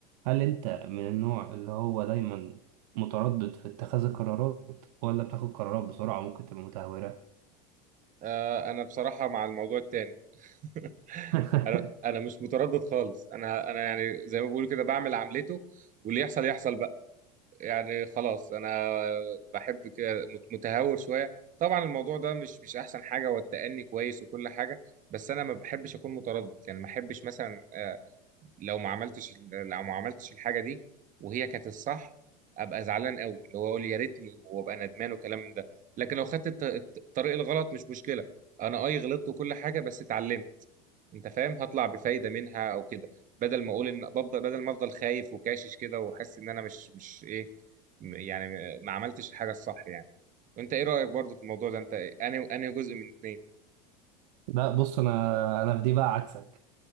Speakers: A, on the right (about 70°); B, on the right (about 40°).
A: هل أنت من النوع اللي هو دايما متردد في اتخاذ القرارات ولا بتاخد قرارات بسرعة ممكن تبقى متهورة؟
B: آه، انا بصراحه مع الموضوع التاني <laughs>
A: <laughs>
B: انا انا مش متردد خالص انا انا يعني زي ما بقول كده بعمل عملته واللي يحصل يحصل يعني خلاص انا بحب كده مت- متهور شويه طبعا الموضوع ده مش مش احسن حاجه والتأني كويس وكل حاجه بس انا ما بحبش اكون متردد يعني ما بحبش مثلا آه، لو ما عملتش ال- لو ما عملتش الحاجه دي وهي كانت الصح ابقى زعلان قوي اللي هو اقول يا ريتني وابقى ندمان والكلام ده لكن لو خدت الط- الط- الطريق الغلط مش مشكله انا اي غلطت وكل حاجه بس اتعلمت انت فاهم هطلع بفايده منها او كده بدل ما اقول ان بفضل بدل ما افضل خايف وكاشش كده واحس ان انا مش مش ايه م- يعني ما عملتش الحاجه الصح يعني وانت ايه رايك برضو في الموضوع ده انت انهي انهي جزء من اتنين
A: لا بص أنا أنا في دي بقى عكسك